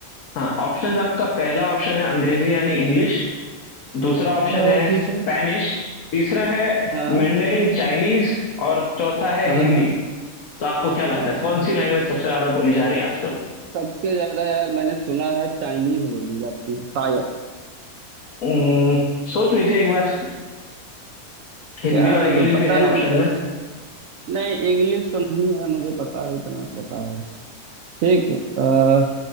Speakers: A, on the left; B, on the right.
A: हाँ ऑप्शंस आपका पहला ऑप्शन है अंग्रेजी यानी इंग्लिश दूसरा ऑप्शन
B: अ,
A: है
B: ठीक
A: स्पेनिश
B: है
A: तीसरा है
B: हाँ
A: मैंडेरिन चाइनीज और चौथा है
B: हाँ
A: हिंदी तो आपको क्या लगता
B: हाँ
A: है कौन सी लैंग्वेज सबसे ज्यादा बोली जा रही है आजकल
B: सबसे ज्यादा यार मैंने सुना है चाइनीज बोली जाती है शायद
A: उम्म, सोच लीजिए एक बार हिंदी
B: यार
A: और
B: अब
A: इंग्लिश
B: पता
A: भी है
B: नहीं
A: ऑप्शन
B: गल...
A: में
B: नहीं इंग्लिश तो नहीं है मुझे पता है इतना तो पता है ठीक अ,